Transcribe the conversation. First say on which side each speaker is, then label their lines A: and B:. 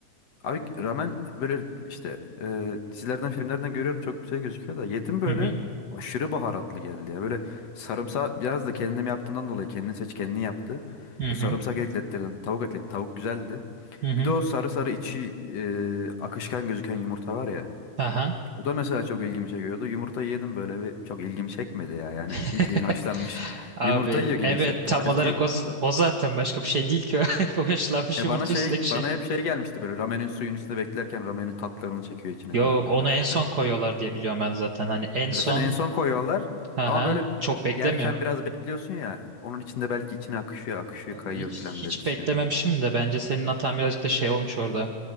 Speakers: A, on the left; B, on the right.
A: Abi ramen böyle işte e, dizilerden filmlerden görüyorum çok güzel gözüküyor da yedim böyle
B: Hı hı.
A: aşırı baharatlı geldi ya. Böyle sarımsağı biraz da kendim yaptığımdan dolayı kendini seç kendini yaptı.
B: Hı
A: Ve
B: hı.
A: sarımsak eklettirdim. Tavuk eklettim. Tavuk güzeldi.
B: Hı hı.
A: Bir de o sarı sarı içi e, akışkan gözüken yumurta var ya.
B: Aha.
A: O da mesela çok ilgimi çekiyordu. Yumurtayı yedim böyle bir çok ilgimi çekmedi ya. Yani
B: <laughs>
A: bildiğin haşlanmış
B: Abi
A: yumurta yiyor gibi
B: evet
A: hissettim.
B: tam
A: Belki
B: olarak o, z- o zaten başka bir şey değil ki. <laughs> O haşlanmış
A: e
B: yumurta
A: bana şey
B: üstündeki şey.
A: bana hep şey gelmişti böyle ramenin suyun içinde beklerken ramenin tatlarını çekiyor içine
B: Yok
A: falan böyle
B: onu
A: hafiften.
B: en son koyuyorlar diye biliyorum ben zaten. Hani en son
A: E Zaten en son koyuyorlar
B: aha
A: ama böyle bi-
B: çok beklemiyor.
A: yerken biraz bekliyorsun ya. Onun içinde belki içine akışıyor akışıyor kayıyor
B: Hiç,
A: falan
B: hiç
A: böyle düşünüyordum.
B: beklememişim de bence senin hatan birazcık da şey olmuş orada.